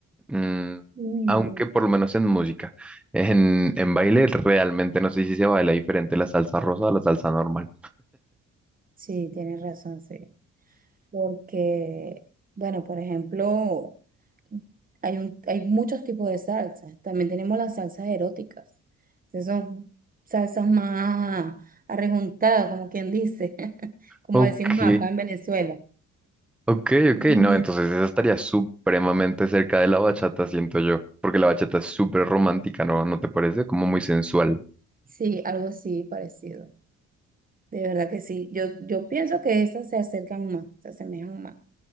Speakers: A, in the centre; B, on the right.
A: Mm,
B: Mm,
A: aunque por lo menos en música. <laughs> En, en baile realmente no sé si se baila diferente la salsa rosa a la salsa normal.
B: sí, tienes razón, sí. Porque, bueno, por ejemplo, hay un, hay muchos tipos de salsas. También tenemos las salsas eróticas. Esas son salsas más arrejuntadas, como quien dice, <laughs> como
A: Ok,
B: decimos acá en Venezuela.
A: ok, ok.
B: Y
A: No, entonces esa estaría supremamente cerca de la bachata, siento yo, porque la bachata es súper romántica, ¿no? ¿No te parece? Como muy sensual.
B: sí, algo así parecido. De verdad que sí. Yo, yo pienso que esas se acercan más, se asemejan más.